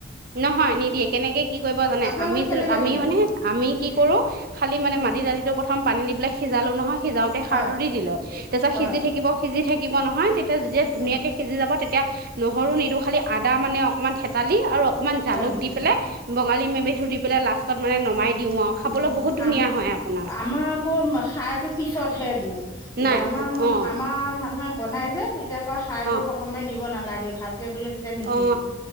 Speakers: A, on the right; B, on the left.
A: নহয় নিদিয়ে কেনেকে কি কৰিব জানে
B: আপোনালোকে
A: আমি
B: কেনেকে
A: আমি
B: বনাই
A: মানে আমি কি কৰো খালি মানে
B: কেনেকে
A: মাটি দালিটো প্ৰথম পানী দি পেলাই সিজালো নহয় সিজাওতে
B: হয়
A: সাৰটো দি দিলো তাৰ পিছত
B: হয়
A: সিজি থাকিব সিজি থাকিব নহয় তে তে যেতিয়া ধুনীয়াকৈ
B: হয়
A: সিজি যাব তেতিয়া নহৰু নিদো খালি আদা মানে অকণমান থেতালি আৰু অকণমান
B: হয়
A: জালুক
B: নেকি
A: দি পেলাই বঙালী মেমেধু দি পেলাই লাষ্টত মানে নমাই দিওঁ আৰু খাবলৈ
B: উম্‌
A: বহুত ধুনীয়া
B: আম্‌-
A: হয় আপোনাৰ
B: আমাৰ আকৌ- সাৰটো পিছতহে দিওঁ। এতিয়া
A: নাই
B: আমাৰ মান-
A: অ
B: আমাৰ মানুহে বনাই যে তেতিয়া কয় সাৰটো
A: অ
B: প্ৰথমে দিব নাগে লাগে ভাল ে বোলে তেতিয়া নিসিজে
A: অ